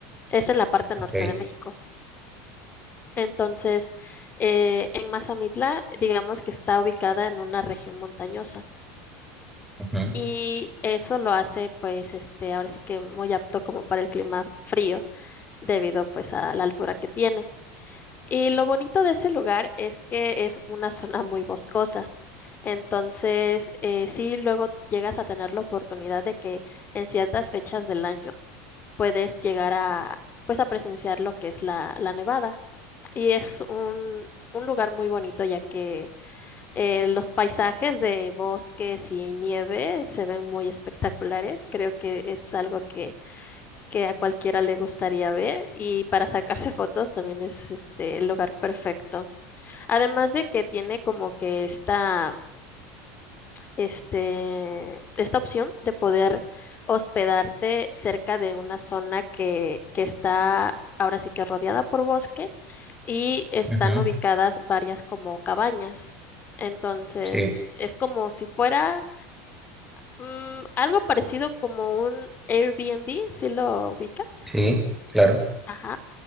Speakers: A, on the left; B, in the centre.
A: Es en la parte norte
B: Ok,
A: de México. Entonces, eh, en Mazamitla, digamos que está ubicada en una región montañosa.
B: ujú,
A: Y eso lo hace, pues, este, ahora sí que muy apto como para el clima frío, debido pues a la altura que tiene. Y lo bonito de ese lugar es que es una zona muy boscosa. Entonces, eh, sí, luego llegas a tener la oportunidad de que en ciertas fechas del año puedes llegar a, pues, a presenciar lo que es la, la nevada. Y es un, un lugar muy bonito ya que eh, los paisajes de bosques y nieve se ven muy espectaculares. Creo que es algo que, que a cualquiera le gustaría ver y para sacarse fotos también es este, el lugar perfecto. Además de que tiene como que esta, este, esta opción de poder hospedarte cerca de una zona que, que está ahora sí que rodeada por bosque y están
B: ujú,
A: ubicadas varias como cabañas. Entonces,
B: Sí,
A: es como si fuera mm, algo parecido como un Airbnb, si lo ubicas.
B: sí, claro.
A: Ajá.